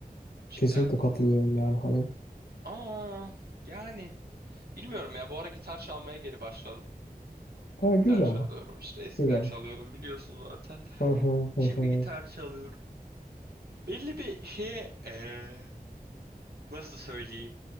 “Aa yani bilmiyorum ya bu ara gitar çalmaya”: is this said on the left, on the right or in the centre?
Right